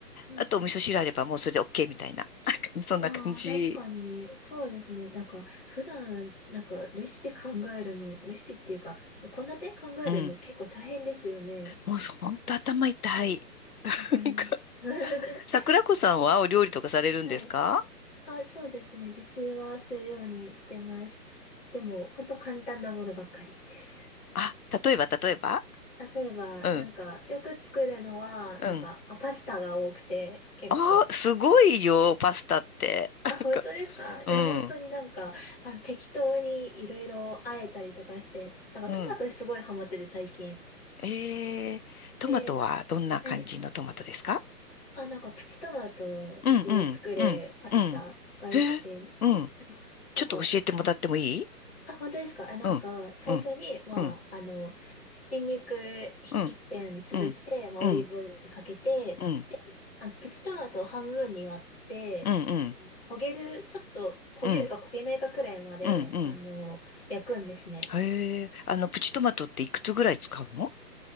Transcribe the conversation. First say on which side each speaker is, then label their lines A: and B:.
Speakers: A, on the left; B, on the left.
A: うんうん。
B: あとお味噌汁あればもうそれで OK みたいな。<laughs> そんな感じ。
A: ああ、確かに、そうですね。なんか、普段、なんか、レシピ考えるの、レシピっていうか、その献立考えるの結構大変ですよね。
B: うん。もう本当頭痛い。
A: わかります。
B: なんか、
A: <laughs>
B: 桜子さんはお料理とかされるんですか
A: はい。あ、そうですね。自炊はするようにしてます。でも、ほんと簡単なものばっかりです。
B: あ、例えば、例えば
A: 例えば、
B: うん、
A: なんか、よく作るのは、
B: うん。
A: なんか、あ、パスタが多くて、結構。
B: ああ、すごいよ、パスタって。<laughs>
A: あ、本当ですかいや、
B: なんか、うん、
A: 本当になんか、あの、適当にいろいろあえたりとかして、だからトマトすごいハマってて最近。
B: うん。えー、トマトはどんな感じのトマトですか
A: で、な、はい。あ、なんかプチトマトで作るパスタが良くて、
B: うん、うん、うん、うん。へえ、うん。
A: はい。なんか、
B: ちょっと教えてもらってもいい
A: あ、本当ですかあ、なんか、
B: うん、
A: 最初に、
B: うん、
A: まあ、
B: うん、
A: あの、ニンニクひ一片潰して、
B: うん、うん、
A: まあ、
B: うん、
A: オリーブオイルでかけて、
B: うん、うん、
A: で、あの、プチトマトを半分に割って、
B: うん、
A: 焦げる、ちょっと焦げるか焦げないかくらいまで、
B: うん、うん、うん。
A: あの、焼くんですね。
B: へえ、あの、プチトマトっていくつぐらい使うの